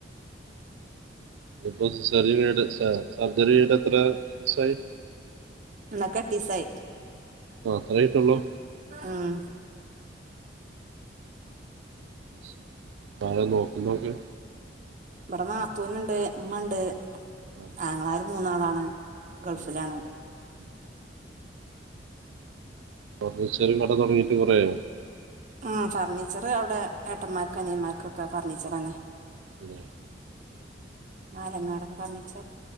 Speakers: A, on the right; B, on the right.
A: ഇതിപ്പോ സിസേറിയൻ കഴിഞ്ഞിട്ട് സ സർജറി കഴിഞ്ഞിട്ട് എത്ര ദിവസായി
B: ഇന്നേക്ക് എട്ടീസായി
A: ആ അത്ര ആയിട്ടുള്ളൂ
B: ഉം
A: ശരി. ആരാ ന്നോക്കുന്നൊക്കെ.
B: ഇപടെ നാത്തൂന്ണ്ട് ഉമ്മണ്ട്
A: ആ,
B: ആങ്ങളാര് മൂന്നാളാണ്. ഗൾഫിലാണ്
A: ഉം, ഉം. അപ്പൊ ബിസൈൽ കട തൊടങ്ങിട്ട് കൊറെആയോ
B: ആ ഫർണിച്ചറ് അവടെ ഏട്ടന്മാര്ക്ക് അനിയമാര്ക്കൊക്കെ ഫർണിച്ചറനെ
A: ഇല്ല.
B: മാലങ്ങാടൻ ഫർണിച്ചർ